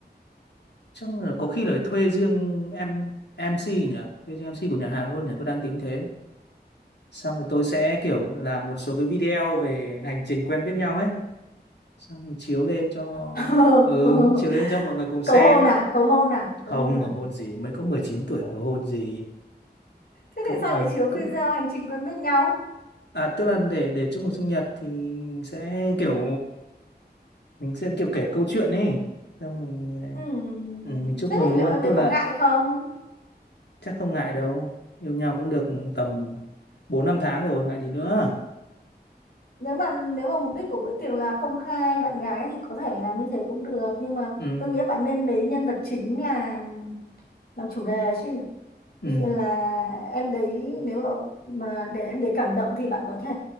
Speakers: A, on the left; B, on the left.
A: chắc là có khi là thuê riêng em em MC nhỉ thuê riêng em MC của nhà hàng luôn nhỉ tôi đang tính thế xong rồi tôi sẽ kiểu làm một số cái video về hành trình quen biết nhau ấy xong mình chiếu lên cho
B: <laughs>
A: ừ chiếu lên cho mọi người cùng xem
B: cầu hôn à cầu hôn à cầu
A: không
B: hôn
A: cầu
B: à
A: hôn gì mới có 19 tuổi
B: Ừ,
A: cầu hôn gì
B: thế
A: thôi
B: thì sao
A: mình
B: lại chiếu video
A: cứ
B: hành trình quen biết nhau
A: à tức là để để chúc mừng sinh nhật thì mình sẽ kiểu mình sẽ kiểu kể câu chuyện ấy xong mình à,
B: Ừm,
A: ừ, mình chúc
B: thế
A: mừng
B: thì
A: luôn
B: liệu em
A: tức
B: đấy
A: là
B: có ngại không
A: chắc không ngại đâu yêu nhau cũng được tầm bốn năm tháng rồi ngại gì nữa
B: nếu mà nếu mà mục đích của bữa tiệc là công khai bạn gái thì có thể làm như thế cũng được nhưng mà
A: ừ
B: tôi nghĩ bạn nên lấy nhân vật chính làm làm chủ đề chứ
A: ừ
B: ví dụ như là em đấy nếu mà, mà để em đấy cảm động thì bạn có thể